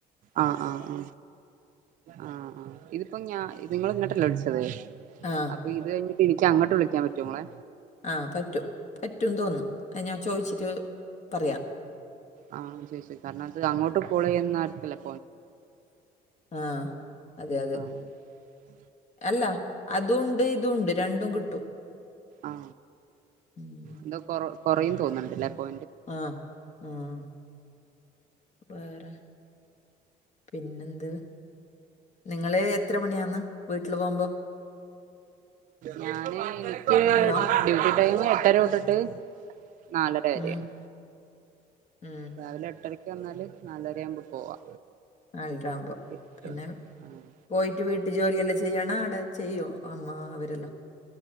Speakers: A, on the right; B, on the left.
A: ആ ആ ആ ആ ആ ഇതിപ്പോ ഞ നിങ്ങള് ഇങ്ങോട്ട് അല്ലേ വിളിച്ചത്
B: ആ
A: അപ്പൊ ഇത് കഴിഞ്ഞിട്ട് എനിക്ക് അങ്ങോട്ട് വിളിക്കാൻ പറ്റുമോ മോളെ
B: ആ പറ്റും പറ്റും വെന്നു തോന്നുന്നു. ഞാൻ ചോദിച്ചിട്ട് പറയാം
A: ആ ശരി ശരി കാരണം അത് അങ്ങോട്ട് കോൾ ചെയ്യുന്ന ആൾക്കല്ലേ
B: ആ അതെ അതെ
A: <unintelligible>
B: അല്ല അതുണ്ട് ഇതുണ്ട് രണ്ടും കിട്ടും
A: ആ
B: ഉം.
A: എന്തോ കൊറ കൊറയും തോന്നണ്ടല്ലപ്പൊ?
B: ആ ഉം വേറെ പിന്നെന്ത് നിങ്ങള് എത്ര മണിയന്ന് വീട്ടില് പോകുമ്പോ
A: ഞാന് എനിക്ക്
B: ഹലോ
A: ഡ്യൂട്ടി ടൈം എട്ടര തൊട്ടിട്ട് <inaudible> നാലര വരെയാണ്
B: ഉം ഉം
A: രാവിലെ എട്ടര ന്നാല് നാലര ആവുമ്പോ പോവാ
B: നാലര ആകുമ്പോ
A: എട്ട്
B: പിന്നെ
A: മണി ആഹ്
B: പോയിട്ട് വീട്ടു ജോലിയെല്ലാം ചെയ്യ ആണ അവിടെ ചെയ്യോ അമ്മ അവരെല്ലോ